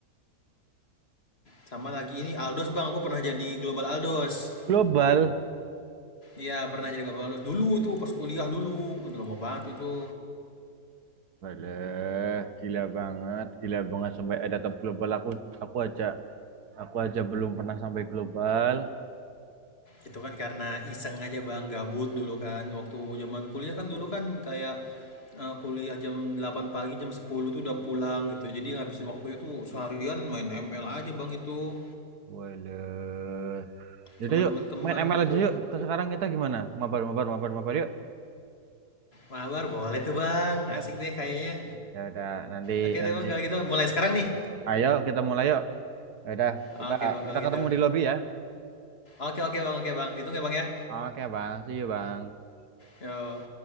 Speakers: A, on the left (about 40°); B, on the right (about 75°).
A: Sama lagi ini Aldos bang, aku pernah jadi global Aldos.
B: Global.
A: Iya pernah jadi global Aldos dulu tuh pas kuliah dulu. Udah lama banget itu.
B: Waduh, gila banget, gila banget sampai ada tab global aku aku aja Aku aja belum pernah sampai global.
A: Itu kan karena iseng aja Bang, gabut dulu kan. Waktu zaman kuliah kan dulu kan kayak, eee, kuliah jam delapan pagi, jam sepuluh tuh udah pulang gitu. Jadi ngabisin waktunya tuh seharian main ML aja Bang itu,
B: Waduh. Yaudah
A: sama
B: yuk,
A: teman-teman
B: main ML
A: gitu.
B: aja yuk. Ke Sekarang kita gimana? Mabar, mabar, mabar, mabar yuk.
A: Mabar boleh tuh Bang,
B: Yuk.
A: asik deh kayaknya.
B: Ya udah, nanti
A: Oke deh
B: nanti.
A: Bang kalau gitu mulai sekarang nih?
B: Ayo kita mulai yuk. Ya udah,
A: Oke
B: kita
A: Bang kalau
B: kita
A: gitu.
B: ketemu di lobby ya.
A: Oke oke Bang oke Bang, ditunggu ya Bang ya?
B: Oke, Bang. See you, Bang.
A: Yok.